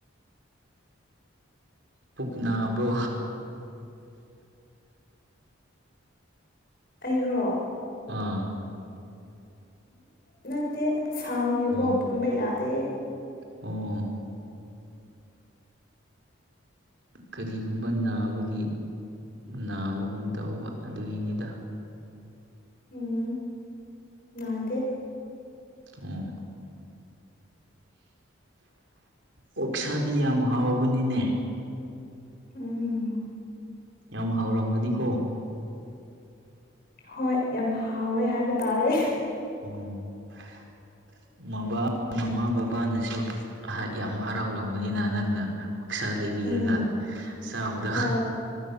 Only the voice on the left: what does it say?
ꯑꯩꯔꯣ
ꯅꯠꯇꯦ ꯁꯥꯕꯒꯤꯀꯣ
ꯇꯨꯝꯕ ꯌꯥꯗꯦ
ꯎꯝ ꯅꯥꯗꯦ
ꯎꯝ
ꯍꯣꯏ ꯌꯥꯝ ꯍꯥꯎꯋꯦ ꯍꯥꯏꯕ ꯇꯥꯔꯦ
ꯎꯝ
ꯍꯣꯏ